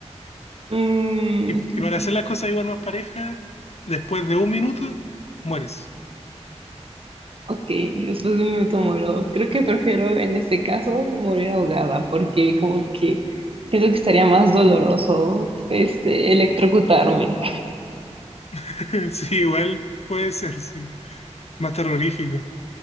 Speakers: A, on the right; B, on the left.
A: Mm,
B: Y, y para hacer las cosas igual más parejas, después de un minuto, mueres.
A: ok, después de un minuto muero. Creo que prefiero en este caso morir ahogada, porque como que siento que estaría más doloroso, este, electrocutarme.
B: <laughs> Sí, igual puede ser, sí, más terrorífico.